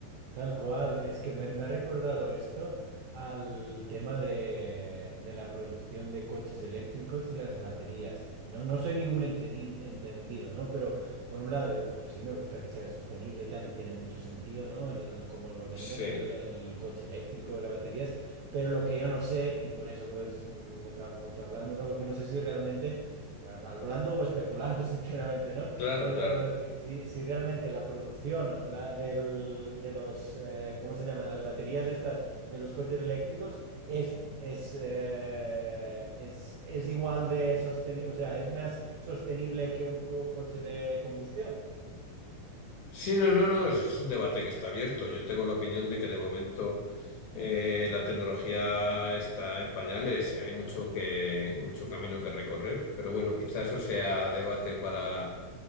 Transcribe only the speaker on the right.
Tal cual, es que me, me ha recordado esto al tema de, de la producción de coches eléctricos y las baterías. No, no soy ningún entedi- entendido, ¿no? Pero por un lado digo, pues sí, me gusta que sea sostenible y tal, y tiene mucho sentido, ¿no? El, cómo lo venden
el, el coche eléctrico, las baterías, pero lo que yo no sé, y por eso pues mm, estamos hablando, ¿no? Porque no sé si realmente, ah, hablando o especulando, <laughs> sinceramente, ¿no?
El,
el- eh, si, si realmente la producción o la- del- de los, eh, ¿cómo se llama? De las baterías estas, de los coches eléctricos, es, es, eh, es, es igual de sostenible, o sea, es más sostenible que un co- coche de combustión.
Claro.
ya.